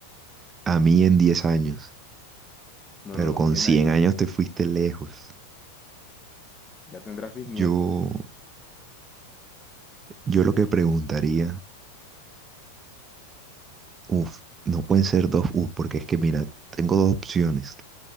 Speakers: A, on the right; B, on the left.
A: a mí en 10 años,
B: no,
A: pero
B: no, no,
A: con
B: 100
A: 100
B: años.
A: años te fuiste lejos.
B: Ya tendrás bisnietos.
A: Yo, yo lo que preguntaría, uff, no pueden ser dos uff, porque es que mira, tengo dos opciones.